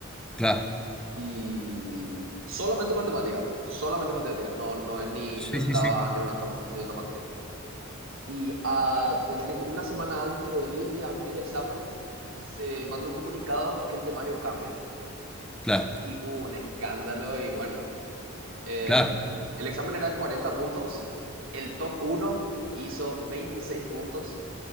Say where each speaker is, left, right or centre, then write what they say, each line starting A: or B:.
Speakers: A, in the centre; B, on the right.
A: claro,
B: y solamente matemáticas, solamente matemáticas, no, no, es ni,
A: sí,
B: no entraba
A: sí, sí,
B: ni una otra, ni otra materia. Y a ponerle que una semana antes o 10 días antes del examen se manda un comunicado que el temario cambia.
A: claro,
B: Y hubo un escándalo y bueno, eh,
A: claro,
B: el examen era de 40 puntos, el top uno hizo 26 puntos,